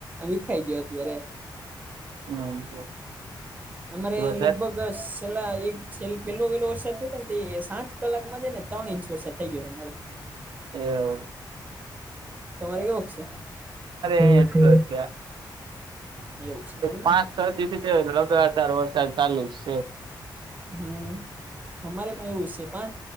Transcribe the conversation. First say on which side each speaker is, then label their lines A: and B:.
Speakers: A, on the right; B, on the right.
A: વિખાઈ ગયો અત્યારે.
B: એવું છે
A: અમારે
B: વધારે
A: લગભગ છેેલ્લા એક છેલ્ પેલો પેલો વરસાદ થયો હતો ને તે સાત કલાકમાં જ ને ત્રણ ઇંચ વરસાદ થઇ ગયો હતો મારે.
B: એવુ.
A: તમારે કેવુંક શે. અમારે.
B: અહી એટલો જ
A: એવું છે એમને.
B: પાંચ છ દિવસથી લગાતાર વરસાદ ચાલુ જ
A: હમ્મ અમારે પણ એવું છે. પાંચ